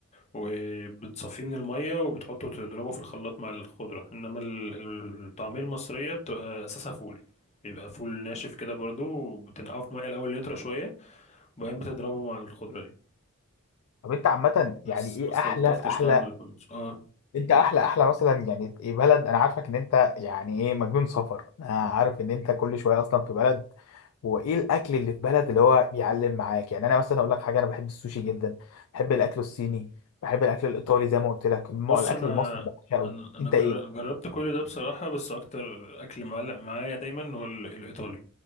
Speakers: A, on the left (about 30°); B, on the left (about 75°).
A: وبتصفيه من المية وبتحطه تضربه في الخلاط مع الخضرة انما ال- ال- الطعمية المصرية بتبقى اساسها فول بيبقى فول ناشف كده برضو وبتنقعه في مية الاول يطرى شوية وبعدين بتضربه مع الخضرة دي
B: طب انت عامة يعني
A: بس
B: ايه
A: ما استلطفتش
B: احلى احلى
A: طعم البطاطس اه
B: انت احلى احلى مثلا يعني ايه بلد انا عارفك ان انت يعني ايه مجنون سفر انا عارف ان انت كل شوية اصلا في بلد وايه الاكل اللي في بلد اللي هو بيعلم معاك يعني انا مثلا اقول لك حاجة انا بحب السوشي جدا بحب الاكل الصيني بحب الاكل الايطالي زي ما قلت لك الم-
A: بص
B: الاكل
A: انا
B: المصري بعشقه
A: انا انا
B: انت
A: جر-
B: ايه
A: جربت كل ده بصراحة بس اكتر اكل معلق معايا دايما هو ال- الايطالي